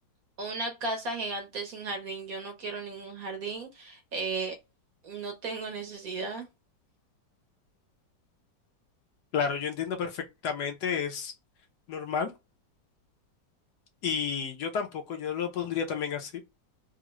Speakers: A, on the right (about 60°); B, on the left (about 65°).
A: O una casa gigante sin jardín. Yo no quiero ningún jardín. eh, no tengo necesidad.
B: Claro, yo entiendo perfectamente, es normal y yo tampoco, yo lo pondría también así.